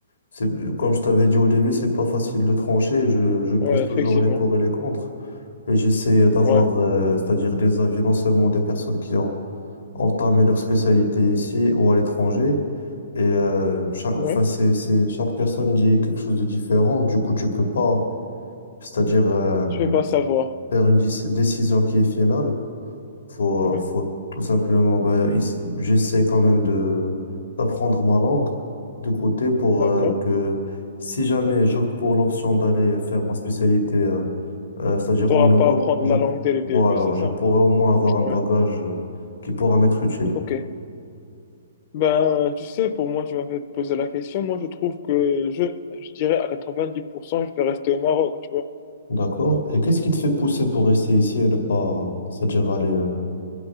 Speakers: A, on the left (about 85°); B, on the left (about 35°).
A: c'est comme je t'avais dit au début, c'est pas facile de trancher. Je, je pèse
B: Ouais,
A: toujours
B: effectivement.
A: les pour et les contre. Et j'essaie d'avoir,
B: Ouais,
A: euh, c'est-à-dire des avis non seulement des personnes qui ont entamé leur spécialité ici ou à l'étranger. Et euh, chaque, enfin,
B: ouais.
A: c'est, c'est, chaque personne dit quelque chose de différent. Du coup, tu peux pas, c'est-à-dire euh,
B: Tu veux pas savoir.
A: faire une dis- décision qui est finale. Faut,
B: Ouais,
A: faut tout simplement, ben, ici- j'essaie quand même de d'apprendre ma langue de côté pour
B: d'accord.
A: euh, que si jamais j'opte pour l'option d'aller faire ma spécialité, euh, euh, c'est-à-dire
B: T'auras
A: en Europe,
B: pas à prendre
A: je,
B: la langue dès le
A: bon,
B: début,
A: alors,
B: c'est ça?
A: je pourrais au moins avoir un
B: Ouais,
A: bagage euh, qui pourra m'être utile.
B: ok. Ben, tu sais, pour moi, tu m'avais posé la question. Moi, je trouve que je, je dirais à 90% je vais rester au Maroc, tu vois.
A: D'accord. Et qu'est-ce qui te fait pousser pour rester ici et ne pas, c'est-à-dire aller, euh,